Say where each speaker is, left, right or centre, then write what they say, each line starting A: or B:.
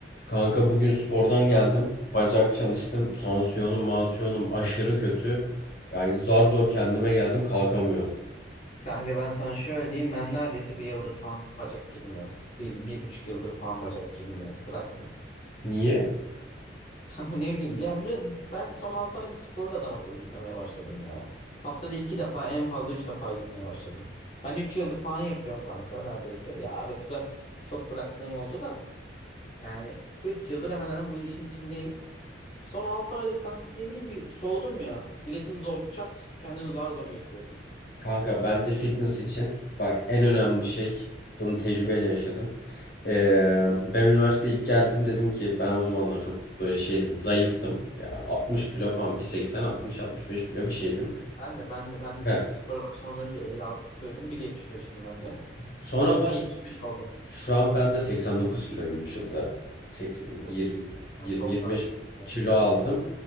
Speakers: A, on the left; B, on the left.
A: Kanka bugün spordan geldim. Bacak çalıştım. Tansiyonum, mansiyonum aşırı kötü. Yani zar zor kendime geldim, kalkamıyorum.
B: Kanka ben sana şöyle diyeyim ben neredeyse bir yıldır falan bacak girmiyorum. Bir, bir buçuk yıldır falan bacak girmiyorum. Bıraktım.
A: Niye?
B: <laughs> Kanka ne bileyim ya bir- ben son 6 ayda sporda adam akıllı gitmemeye başladım ya. Haftada 2 defa en fazla 3 defa gitmeye başladım. Ben 3 yıldır falan yapıyorum kanka neredeyse. Ya ara sıra çok bıraktığım oldu da. Yani 3 yıldır hemen hemen bu işin içindeyim. Son 6 aydır kanka ne bileyim bir soğudum ya. Gidesim zor çak kendimi zar zor götürüyorum diyeyim.
A: Kanka bence fitness için bak en önemli şey bunu tecrübeyle yaşadım. Ee, ben üniversiteye ilk geldim dedim ki ben o zamanlar çok böyle şeydim zayıftım. Ya 60 kilo falan 1.80 60-65 kilo bir şeydim.
B: Ben de ben de ben de
A: Heh.
B: sp- spora başlamadan önce 56 kiloydum. 1.75'tim ben de.
A: Sonra
B: Şu an mesela
A: baş
B: 75 oldum.
A: Şu an ben de 89 kiloyum 3 yılda. 80,
B: Çok
A: 20,
B: iyi. Sen
A: 20-25
B: çok daha iyisin ilk bence.
A: kilo aldım.